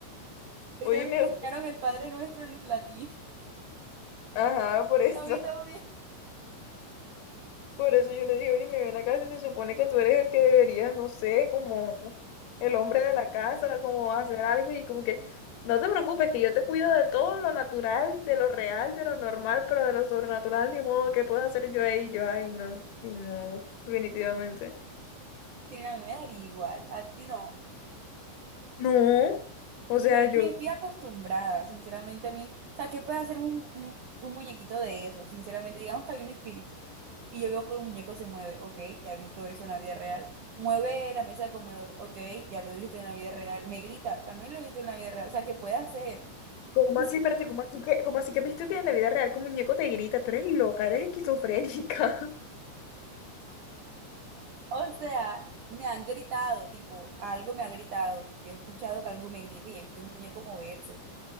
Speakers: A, on the right (about 70°); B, on the left (about 85°).
A: Y
B: Oye,
A: también
B: me...
A: te enseñaron el Padre Nuestro en el platillo.
B: Ajá,
A: <laughs>
B: por eso.
A: A mí también.
B: Por eso yo le digo, oye, me ven acá si se supone que tú eres el que deberías no sé, como el hombre de la casa, como hacer algo y como que, no te preocupes, que yo te cuido de todo lo natural, de lo real, de lo normal, pero de lo sobrenatural, ni modo, ¿qué puedo hacer yo ahí? Yo, ay, no, ni modo, definitivamente.
A: Sí, a mí me daría igual, a ti no.
B: No, o
A: Igual
B: sea, yo,
A: que yo estoy acostumbrada, sinceramente a mí, o sea, ¿qué puede hacer un, un- un muñequito de eso? Sinceramente, digamos que hay un espíritu y yo veo que el muñeco se mueve, ok, ya he visto eso en la vida real. Mueve la mesa de comedor, ok, ya lo he visto en la vida real. Me grita, también lo he visto en la vida real, o sea, ¿qué puede hacer? <laughs>
B: ¿cómo
A: Sí,
B: así,
A: sí.
B: espérate, cómo así que, cómo así que has visto que en la vida real que un muñeco te grita, tú eres loca, eres esquizofrénica?
A: O sea, me han gritado, tipo, algo me ha gritado, yo he escuchado que algo me grita y he visto un muñeco moverse.